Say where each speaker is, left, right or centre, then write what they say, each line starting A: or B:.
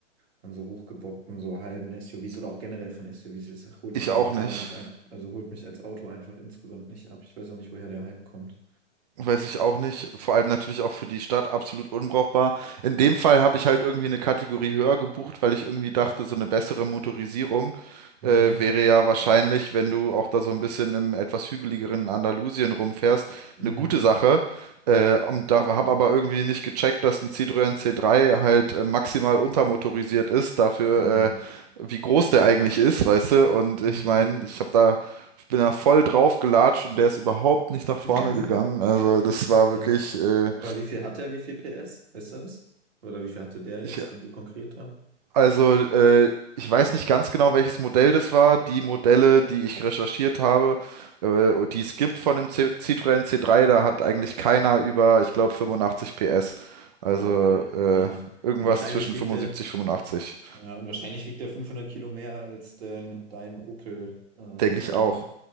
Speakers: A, on the right; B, on the right.
A: von so hochgebockten, so halben SUVs oder auch generell von SUVs. Es holt
B: ich
A: mich einfach
B: auch
A: gar
B: nicht.
A: nicht ab. Also holt mich als Auto einfach insgesamt nicht ab. Ich weiß auch nicht, woher der Hype kommt.
B: Weiß ich auch nicht. Vor allem natürlich auch für die Stadt absolut unbrauchbar. In dem Fall habe ich halt irgendwie eine Kategorie höher gebucht, weil ich irgendwie dachte, so eine bessere Motorisierung
A: Mhm.
B: äh, wäre ja wahrscheinlich, wenn du auch da so ein bisschen im etwas hügeligeren Andalusien rumfährst,
A: Mhm.
B: eine gute Sache. Äh, und da habe aber irgendwie nicht gecheckt, dass ein Citroën C3 halt äh, maximal untermotorisiert ist, dafür
A: Mhm.
B: äh, wie groß der eigentlich ist, weißt du? Und
A: Mhm.
B: ich meine, ich habe da ich bin da voll drauf gelatscht und der ist überhaupt nicht nach vorne
A: <laughs>
B: gegangen. Also das war
A: Krass.
B: wirklich, äh,
A: Aber wie viel hat der? Wie viel PS? Weißt du das? Oder wie viel hatte der jetzt,
B: ich,
A: den du konkret da?
B: also äh, ich weiß nicht ganz genau, welches Modell das war. Die Modelle, die ich recherchiert habe, äh, und die es gibt von dem C Citroën C3, da hat eigentlich keiner über, ich glaube, 85 PS. Also
A: Boah, okay.
B: äh,
A: Ja.
B: irgendwas
A: Und wahrscheinlich
B: zwischen
A: wiegt
B: 75,
A: er.
B: 85.
A: Ja, und wahrscheinlich wiegt der 500 Kilo mehr als dein, dein Opel, äh,
B: Denke
A: so,
B: ich auch,
A: ne?